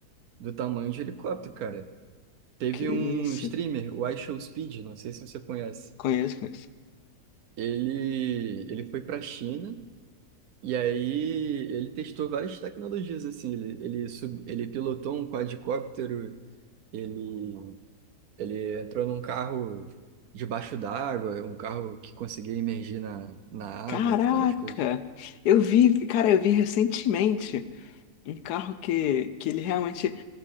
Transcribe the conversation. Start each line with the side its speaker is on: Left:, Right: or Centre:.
Right: do tamanho de helicóptero, cara. Teve
Left: Que isso?
Right: um streamer, o iShowSpeed, não sei se você conhece.
Left: Conheço, conheço.
Right: Ele, ele foi para a China e aí ele testou várias tecnologias assim. Ele, ele, sub, ele pilotou um quadricóptero, ele, ele entrou num carro debaixo d'água, um carro que conseguia imergir na, na água,
Left: Caraca!
Right: várias coisas.
Left: Eu vi, cara, eu vi recentemente um carro que, que ele realmente,